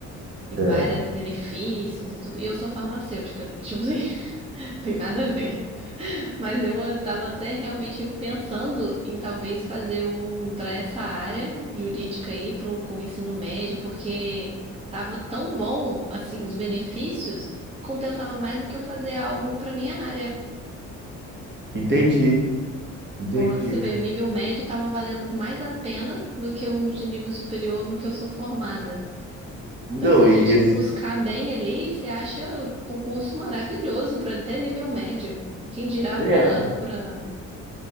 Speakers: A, on the right; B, on the right.
A: Tem
B: É, é.
A: vários benefícios e tudo. E eu sou farmacêutica. <laughs> Tipo assim, <laughs> tem nada a ver. Mas eu estava até realmente pensando em talvez fazer um para essa área jurídica aí, para um, com o ensino médio, porque estava tão bom assim os benefícios, compensava mais do que eu fazer algo para minha área.
B: Entendi, entendi.
A: Bom, Você vê, o nível médio estava valendo mais a pena do que um de nível superior no que eu sou formada.
B: Não,
A: Então, se a
B: e
A: gente
B: esse,
A: buscar bem ali, você acha concurso maravilhoso para até nível médio. Quem dirá para
B: é,
A: para